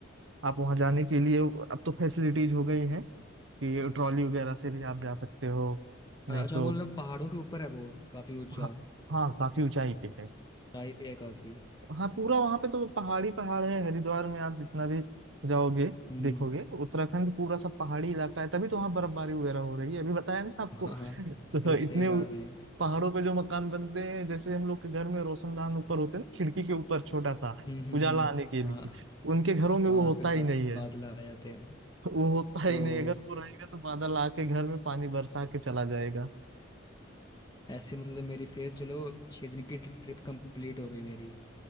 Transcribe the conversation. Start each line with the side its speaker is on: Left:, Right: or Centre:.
Right: आप वहाँ जाने के लिए अब तो फैसिलिटीज हो गई हैं कि ट्रॉली वगैरह से भी आप जा सकते हो
Left: अच्छा
Right: नहीं
Left: वो
Right: तो
Left: मतलब पहाड़ों के ऊपर है वो काफ़ी ऊंचा
Right: हाँ हाँ काफी ऊंचाई पे है
Left: ऊंचाई पे है काफ़ी
Right: हाँ पूरा वहां पे तो पहाड़ी पहाड़ है हरिद्वार में आप जितना भी जाओगे
Left: हम्म
Right: देखोगे उत्तराखंड पूरा सब पहाड़ी इलाका है तभी तो वहाँ बर्फबारी वगैरह हो रही है अभी बताया ना आपको
Left: हाँ हाँ,
Right: <laughs> तो
Left: ये तो सही
Right: इतने
Left: कहा
Right: उ-
Left: आपने
Right: पहाड़ों पे जो मकान बनते हैं जैसे हम लोग के घर में रोशनदान ऊपर होते हैं ना खिड़की के ऊपर छोटा सा
Left: हम्म हम्म
Right: उजाला
Left: हम्म,
Right: आने के लिए
Left: हाँ
Right: उनके घरों में
Left: वहाँ
Right: वो होता
Left: पे ब-
Right: ही नहीं है
Left: बादल आ जाते हैं
Right: वो होता
Left: तो
Right: ही नहीं अगर वो रहेगा तो बादल आके घर में पानी बरसा के चला जाएगा
Left: ऐसे मतलब मेरी फिर चलो छः दिन की ट्रिप कंप्लीट हो गई मेरी